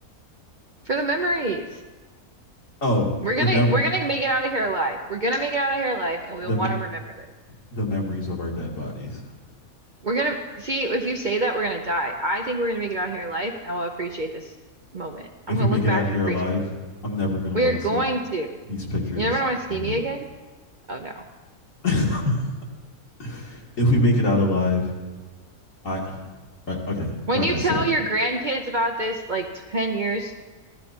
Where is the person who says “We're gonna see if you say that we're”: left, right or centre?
Right